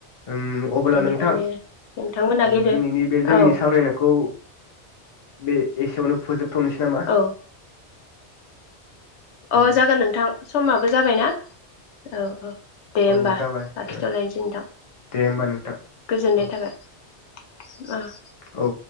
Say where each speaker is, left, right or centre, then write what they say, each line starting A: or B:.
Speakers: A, on the left (about 40°); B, on the left (about 80°).
A: ओम अब्ला
B: बेनिखायनो
A: नोंथां ओ
B: नोंथांमोना गेले
A: दिनैनि बे जोंनि
B: औ
A: सावरायनायखौ बे एसेयावनो फुजोब थोनसै नामा
B: औ
A: औ
B: अ जागोन नोंथां समाबो जाबायना औ औ दे होमबा
A: औ जाबाय
B: लाखिथ'लायनसै
A: ओ
B: नोंथां
A: दे होमबा नोंथां
B: गोजोननाय
A: औ
B: थाबाय। <unintelligible>
A: औ